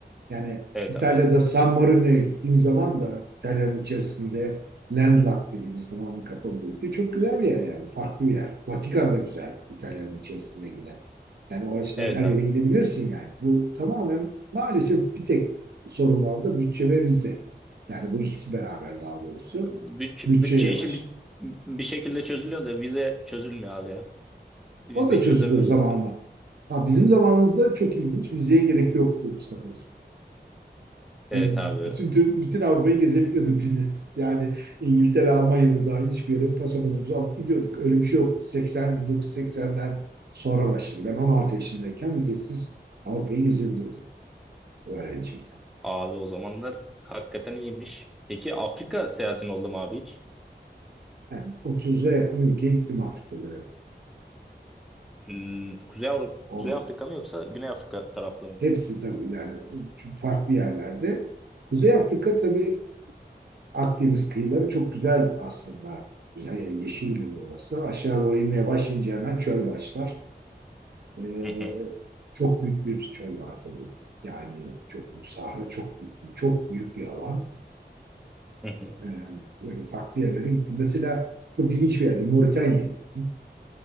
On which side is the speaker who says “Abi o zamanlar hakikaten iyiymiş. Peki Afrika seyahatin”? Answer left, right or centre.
Centre